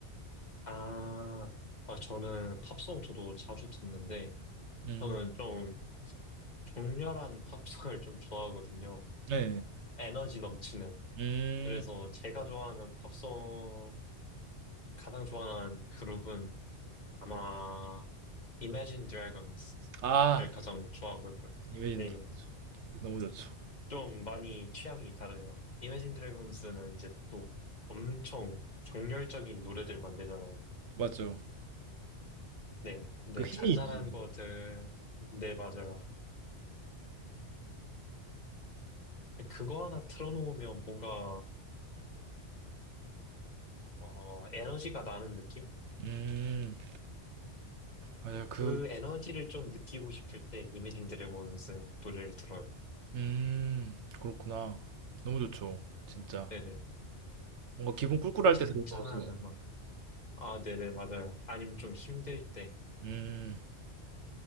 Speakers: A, on the left; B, on the right.
A: 아, 아, 저는 팝송 저도 자주 듣는데,
B: 음,
A: 저는 좀 격렬한 팝송을 좀 좋아하거든요.
B: 네.
A: 에너지 넘치는.
B: 음,
A: 그래서 제가 좋아하는 팝송, 가장 좋아하는 그룹은 아마 Imagine Dragons를
B: 아,
A: 가장 좋아하고요.
B: 이벤트
A: 네.
B: 너무 좋죠.
A: 좀 많이 취향이 다르네요. 이매진 드래곤스는 이제 또 엄청 정열적인 노래들만 내잖아요.
B: 맞죠.
A: 네, 근데
B: 그 힘이
A: 잔잔한
B: 있죠.
A: 것들, 네, 맞아요. 그거 하나 틀어놓으면 뭔가, 어, 에너지가 나는 느낌?
B: 음, 맞아요. 그
A: 그 에너지를 좀 느끼고 싶을 때 이매진 드래곤스 노래를 들어요.
B: 음. 그렇구나. 너무 좋죠. 진짜.
A: 네네.
B: 뭔가 기분 꿀꿀할
A: 잔잔한
B: 때 들어도 좋아요.
A: 음악. 아, 네네, 맞아요. 아니면 좀 힘들 때.
B: 음.